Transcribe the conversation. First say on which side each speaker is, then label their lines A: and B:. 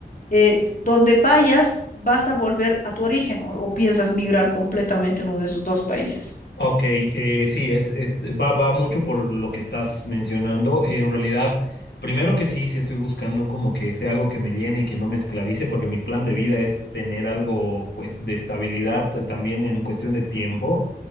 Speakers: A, on the left; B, on the left.
A: eh, donde vayas, vas a volver a tu origen o, o piensas migrar completamente a uno de esos dos países.
B: Ok, eh, sí, es, es, va, va mucho por lo que estás mencionando. en realidad, primero que sí, sí estoy buscando como que sea algo que me llene y que no me esclavice, porque mi plan de vida es tener algo pues de estabilidad eh, también en cuestión de tiempo